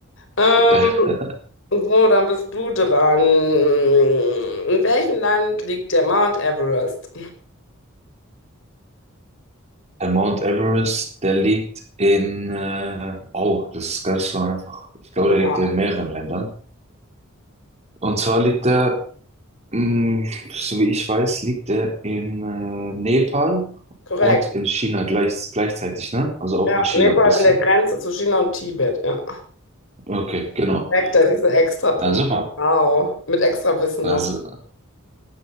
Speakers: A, on the left; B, on the right.
A: Ähm,
B: Äh,
A: so, dann bist du dran. In welchem Land liegt der Mount Everest?
B: der Mount Everest, der liegt in, äh, oh, das ist gar nicht so einfach. Ich glaube,
A: Aha,
B: der liegt ja in mehreren Ländern. Und zwar liegt er, mh, so wie ich weiß, liegt er in äh, Nepal
A: korrekt.
B: und in China gleich, gleichzeitig, ne? Also auch
A: Ja,
B: in China
A: Nepal
B: ein bisschen.
A: an der Grenze zu China und Tibet. Ja.
B: Okay, genau.
A: Korrekt, da kriegst du extra Punkte.
B: Na super.
A: Wow. Mit extra Wissen
B: Also,
A: noch.